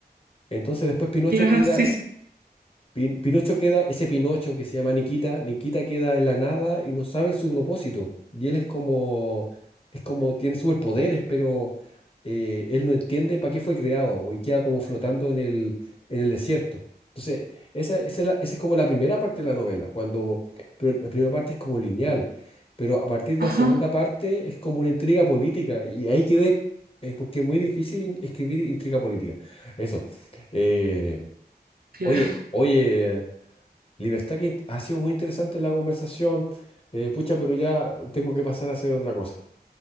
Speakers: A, on the left; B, on the right.
A: Entonces después Pinocho
B: claro,
A: queda
B: sí, sí.
A: Pin- Pinocho queda, ese Pinocho que se llama Nikita, Nikita queda en la nada y no sabe su propósito. Y él es como, es como, tiene superpoderes, pero eh, él no entiende para qué fue creado po, y queda como flotando en el, en el desierto. Entonces, esa, esa es la- esa es como la primera parte de la novela, cuando, pero la primera parte es como lineal, pero a partir de
B: Ajá,
A: la segunda parte es como una intriga política y ahí quedé, eh, porque es muy difícil in- escribir intriga política. Eso. Eh,
B: claro.
A: Oye, oye, Libertad, que ha sido muy interesante la conversación. eh, pucha, pero ya tengo que pasar a hacer otra cosa.